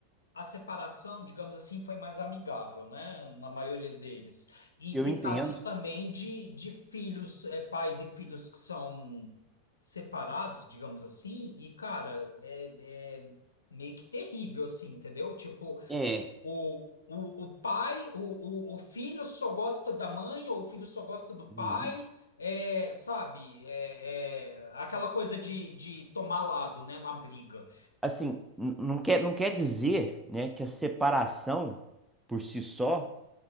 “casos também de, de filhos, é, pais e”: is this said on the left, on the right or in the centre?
Left